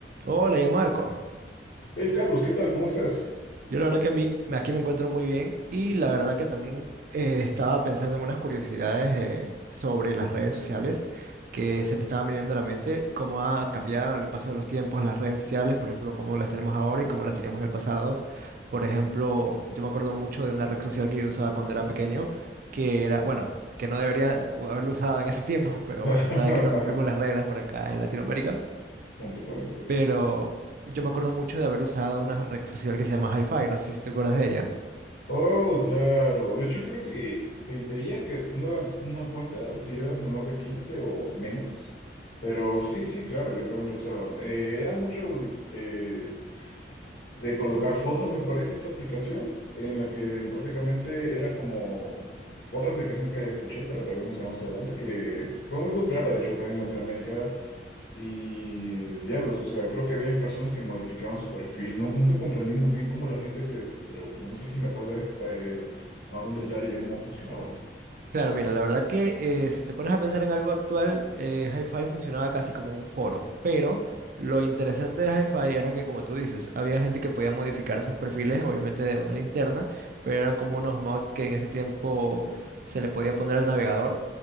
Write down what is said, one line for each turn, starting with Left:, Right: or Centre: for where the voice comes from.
Right: Hola, yo Marco.
Left: Hey Carlos, ¿qué tal? ¿Cómo estás?
Right: Yo la verdad que a mí aquí me encuentro muy bien y la verdad que también eh, estaba pensando en unas curiosidades eh, sobre las redes sociales que se me estaban viniendo a la mente, cómo ha cambiado en el paso de los tiempos las redes sociales, por ejemplo, cómo las tenemos ahora y cómo las teníamos en el pasado. Por ejemplo, yo me acuerdo mucho de una red social que yo usaba cuando era pequeño, que era, bueno, que no debería haberlo usado en ese tiempo, <laughs> pero
Left: <laughs>
Right: bueno, sabes que no cumplimos las reglas por acá en Latinoamérica.
Left: Completamente.
Right: Pero yo me acuerdo mucho de haber usado una red social que se llama HiFi, no sé si te acuerdas de ella.
Left: Oh, claro. De hecho, creo que te impedían que tuvieran una cuenta si eras menor de 15 o menos. Pero sí, sí, claro, yo también lo usaba. Eh, era mucho de eh, de colocar fotos, me parece, esta aplicación, en la que prácticamente era como otra aplicación que escuché, pero te voy a mencionar más adelante, que fue muy popular, de hecho, acá en Latinoamérica. Y diablos, o sea, creo que había personas que modificaban su perfil. No, nunca comprendí muy bien cómo la gente hacía eso, pero no sé si me puedes dar eh, eh, algún detalle de cómo funcionaba.
Right: Claro, mira, la verdad que eh, si te pones a pensar en algo actual, eh, HiFi funcionaba casi como un foro, pero lo interesante de HiFi era que, como tú dices, había gente que podía modificar sus perfiles, obviamente de manera interna, pero eran como unos mods que en ese tiempo se le podía poner al navegador